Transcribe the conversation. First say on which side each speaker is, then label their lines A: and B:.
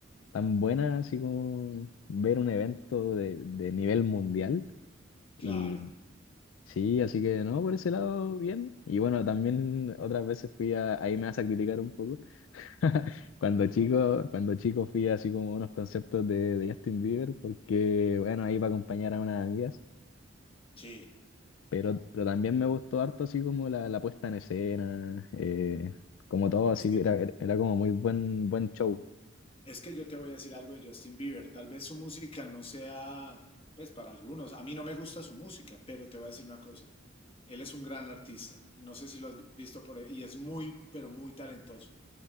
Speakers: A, on the left; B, on the left.
A: tan buena, así como ver un evento de, de nivel mundial.
B: Claro,
A: Y sí, así que no, por ese lado, bien. Y bueno, también otras veces fui a, ahí me vas a criticar un poco. <laughs> Cuando
B: no,
A: chico,
B: no,
A: cuando chico fui así como a unos conciertos de, de Justin Bieber, porque bueno, ahí para acompañar a unas amigas.
B: sí.
A: Pero, pero también me gustó harto así como la, la puesta en escena, eh, como todo, así
B: Es que
A: era, era como muy buen, buen show.
B: Es que yo te voy a decir algo de Justin Bieber. Tal vez su música no sea, pues para algunos, a mí no me gusta su música, pero te voy a decir una cosa. Él es un gran artista y no sé si lo has visto por ahí, y es muy, pero muy talentoso.